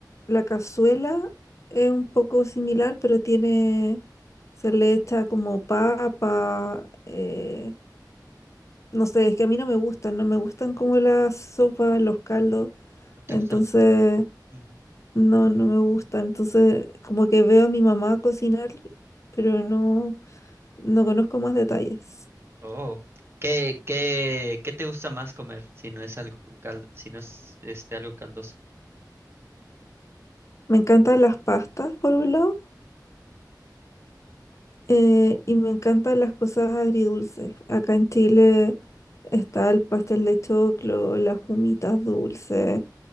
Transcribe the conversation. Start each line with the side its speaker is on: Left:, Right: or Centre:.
Left: la cazuela es un poco similar, pero tiene, se le echa como papa, eh, no sé, es que a mí no me gustan, no me gustan como las sopas, los caldos,
Right: ¿No te
Left: entonces
Right: gustan las? Ujú.
Left: no, no me gusta, entonces como que veo a mi mamá cocinar, pero no, no conozco más detalles.
Right: Oh, ¿qué, qué, qué te gusta más comer si no es algo con caldo, si no es este algo caldoso?
Left: Me encantan las pastas por un lado Eh, y me encantan las cosas agridulces. Acá en Chile está el pastel de choclo, las humitas dulces,